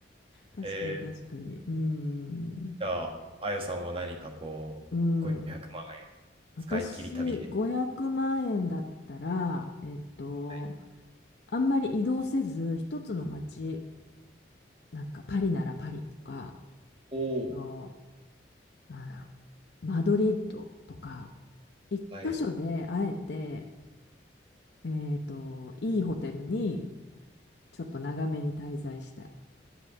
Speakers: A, on the left; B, on the right.
A: 確かに確かに。
B: えー、
A: うーん。
B: じゃあ、あやさんは何かこう、
A: うん。
B: 500万円使い切り旅で。
A: 私、500万円だったら、えっと、
B: はい。
A: あんまり移動せず、一つの街、なんかパリならパリとか、
B: おお、
A: えっと、なんだろう、マドリッドとか、一箇所であえて、
B: はい。
A: えっと、いいホテルにちょっと長めに滞在したい。